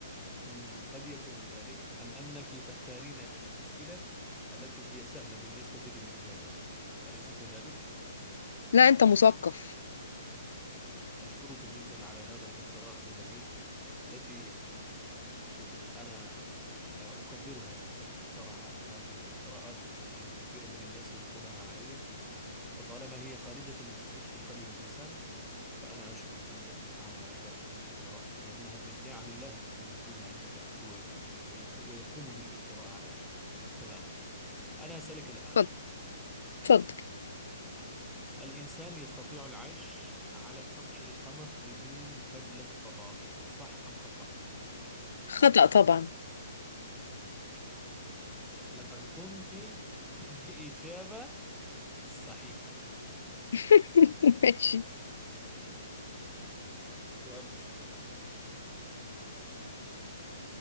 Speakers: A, in the centre; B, on the left (about 70°).
A: مم، قد يكون ذلك أم أنك تختارين الأسئلة التي هي سهلة بالنسبة للإجابة أليس كذلك؟
B: لا أنت مثقف
A: أشكرك جدا على هذا الإثراء الجميل التي أنا آه، أقدرها جدا صراحة هذه الإثراءات آه، كثير من الناس يلقونها علي وطالما هي خارجة من صدق القلب الإنسان فأنا أشكر جدا على هذا الإثراء لأنها من نعم الله أن يكون عندك أحد وي- ويكو- ويقوم بالإثراء عليك تمام أنا أسألك الآن
B: اتفضل اتفضل
A: الإنسان يستطيع العيش على سطح القمر بدون بدلة فضاء صح أم خطأ؟
B: خطأ طبعا
A: لقد قمت <laughs> بإجابة صحيحة
B: <laughs> ماشي
A: جوابك صحيح